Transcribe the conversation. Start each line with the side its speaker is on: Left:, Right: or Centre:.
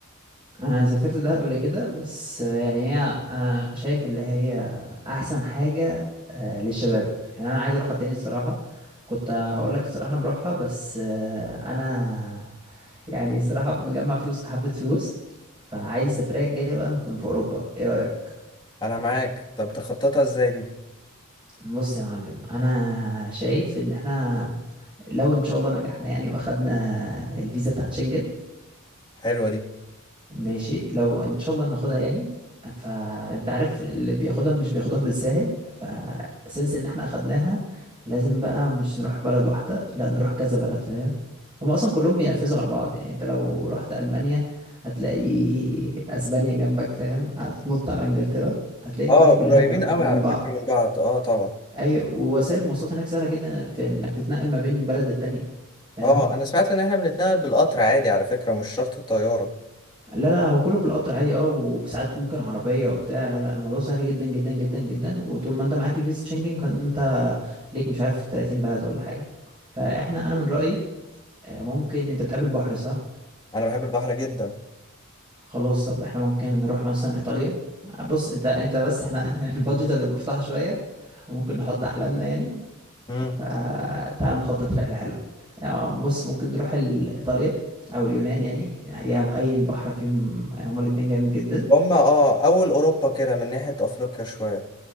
Right: انا سافرت ده قبل كده بس آه، يعني هي انا شايف اللي هي احسن حاجة آه، للشباب يعني انا عايز اروحها تاني الصراحة كنت هقول لك الصراحة نروحها بس آه، انا يعني الصراحة مجمع فلوس حبة فلوس فعايز السفرية الجاية بقى نكون في اوروبا ايه رأيك
Left: انا معاك طب تخططها ازاي دي
Right: بص يا معلم انا شايف ان احنا لو ان شاء الله نجحنا يعني واخدنا الفيزا بتاعت شنجن
Left: حلوة دي
Right: ماشي لو ان شاء الله ناخدها يعني فانت عارف اللي بياخدها مش بياخدها بالساهل فسنس ان احنا اخدناها لازم بقى مش نروح بلد واحدة لا نروح كذا بلد فاهم هما اصلا كلهم بينفذوا على بعض يعني انت لو رحت المانيا هتلاقي اسبانيا جنبك فاهم هتنط على انجلترا هتلاقي
Left: اه
Right: الدنيا كلها
Left: قريبين
Right: جنب
Left: قوي
Right: جنب
Left: على
Right: بعض
Left: فكرة من بعض اه طبعا
Right: اي ووسائل المواصلات هناك سهلة جدا في انك تتنقل ما بين بلد للتانية فاهم؟
Left: اه انا سمعت ان احنا بنتنقل بالقطر عادي على فكرة مش شرط الطيارة
Right: لا لا لا، هو كله بالقطر عادي اه وساعات ممكن عربية وبتاع لا لا الموضوع سهل جدا جدا جدا جدا وطول ما انت معاك الفيزا شنجن فانت ليك مش عارف 30 بلد ولا حاجة فاحنا
Left: مم.
Right: انا من رأيي آه، ممكن انت بتحب البحر صح
Left: انا بحب البحر جدا
Right: خلاص طب احنا ممكن نروح مثلا ايطاليا بص انت انت بس احنا <laughs> البادجت هتبقى مفتوحة شوية وممكن نحط احلامنا يعني
Left: امم
Right: فتعال نخطط رحلة حلوة آه، بص ممكن نروح ال- ايطاليا او اليونان يعني اي أي البحر فيهم هما الاتنين جامد جدا
Left: هما اه اول اوروبا كده من ناحية افريقيا شوية